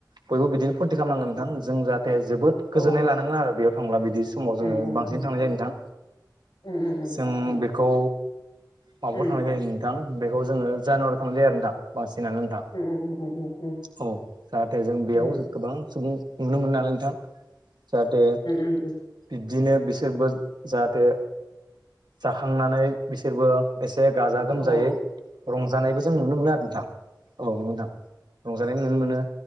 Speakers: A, on the right; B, on the left.
A: बयबो बिदिनो फुरथि खामनांगो
B: औ
A: नोंथां जों जाहाथे जोबोद गोजोन्नाय
B: औ
A: लानांगोन आरो बेयाव थांब्ला बिदि समाव
B: उम
A: जोङो
B: उम
A: बांसिन
B: उम
A: थांनाय जायो नोंथां
B: उम
A: जों
B: उम
A: बेखौ माबायाव
B: उम
A: थांनाय जायो नोंथां बेखौ जोङो जानुवार थांनाय जायो आरो नोंथां बांसि
B: उम उम उम
A: <unintelligible> औ जाहाथे जों बेयाव
B: उम
A: गोबां सुबुं नुनो मोन नालाय नोंथां जाहाथे
B: उम
A: बि दिनो बिसोरबो जाहाथे जाखांनानै बिसोरबो एस से गाजा गोमजायै
B: औ
A: रंजानायबो जों नुनो मोनो आरो नोंथां औ नोंथां रंजानायनायबो नु नो मोनो